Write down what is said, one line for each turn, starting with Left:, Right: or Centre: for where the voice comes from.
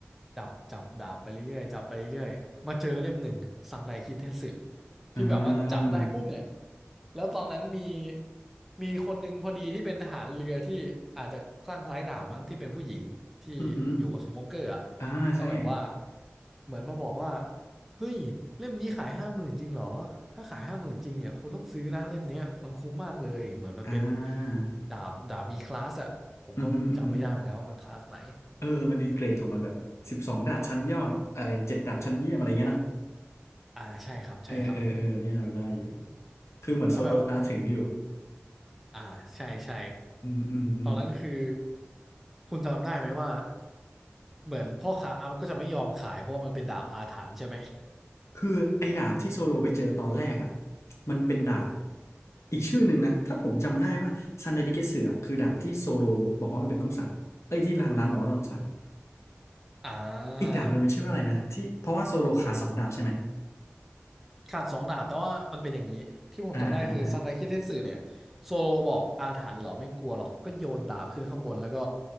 Centre: จับจับดาบไปเรื่อยๆจับไปเรื่อยๆมาเจอเล่มหนึ่งสังไดคิเทสึที่แบบว่าจับได้ปุ๊บเนี่ย
Left: อ่า
Centre: แล้วตอนนั้นมีมีคนหนึ่งพอดีที่เป็นทหารเรือที่อาจจะคลั่งไคล้ดาบมั้งที่เป็นผู้หญิงที่อยู่กับสโมเกอร์อ่ะ
Left: อือหืออ่าใช่
Centre: ก็แบบว่าเหมือนมาบอกว่าเฮ้ยเล่มนี้ขายห้าหมื่นจริงเหรอถ้าขายห้าหมื่นจริงเนี่ยคุณต้องซื้อนะเล่มเนี้ยมันคุ้มมากเลยเหมือนมันเป็น
Left: อ่า
Centre: ดาบดาบมีคลาสอะผมก็จำไม่ได้เหมือนกันว่ามันคลาสไหน
Left: อือหืออือหือเออมันมีเกรดของมันแบบสิบสองดาบชั้นยอดอะไรเจ็ดดาบชั้นเยี่ยมอะไรเงี้ยนะ
Centre: อ่าใช่ครับใช่ครับ
Left: เออเออเอออันนี่เราได้อยู่คือเหมือนโซโลตาถึงอยู่
Centre: แล้วแบบอ่าใช่ใช่
Left: อืมอืมอืม
Centre: ตอนนั้นคือคุณจำได้ไหมว่าเหมือนพ่อค้ามันก็จะไม่ยอมขายเพราะว่ามันเป็นดาบอาถรรพ์ใช่ไหม
Left: คือไอ้ดาบที่โซโลไปเจอตอนแรกอ่ะมันเป็นดาบอีกชื่อหนึ่งนะถ้าผมจำได้ว่าซันไดดิเกเสือคือดาบที่โซโลบอกว่ามันเป็นต้องสั่งเอ้ยที่ทางร้านบอกว่าต้องสั่ง
Centre: อ่า
Left: อีกดาบหนึ่งมันชื่อว่าอะไรนะที่เพราะว่าโซโลขาดสองดาบใช่ไหม
Centre: ขาดสองดาบแต่ว่ามันเป็นอย่างนี้ที่ผมจำได้คือซังไดคิดเทสึเนี่ยโซโลบอกอาถรรพ์เหรอไม่กลัวหรอกก็โยนดาบขึ้นข้างบนแล้วก็
Left: อ่าอ่าอ่า